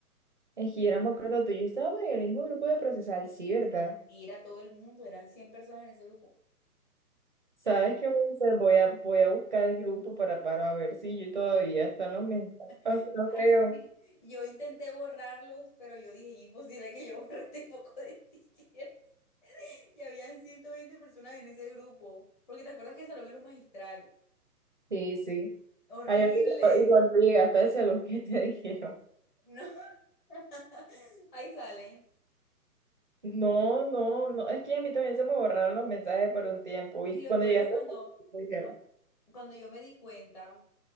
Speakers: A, on the right; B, on the left.
A: Es que yo no me acuerdo tú. y Yo estábamos en el mismo grupo de procesal, sí, ¿verdad?
B: Y era todo el mundo, eran cien personas en ese grupo.
A: ¿Sabes
B: Había.
A: qué voy a hacer? Voy a, voy a buscar el grupo para, para ver si yo todavía están los mensajes. Aunque
B: <laughs>
A: no creo.
B: Yo intenté borrarlos, pero yo dije, imposible que yo <laughs> borre este poco de stickers. <laughs> Y habían 120 personas en ese grupo. Porque te acuerdas que el salón era un magistral.
A: Sí, sí.
B: Horrible.
A: Ay, yo- y cuando y cuando llegaste al salón, ¿qué te dijeron?
B: No, <laughs> ahí sale.
A: No, no, no. Es que a mí también se me borraron los mensajes por un tiempo. Y
B: Y
A: cuando
B: lo peor
A: llegaste
B: es que cuando,
A: al salón, ¿qué te dijeron?
B: ah, cuando yo me di cuenta,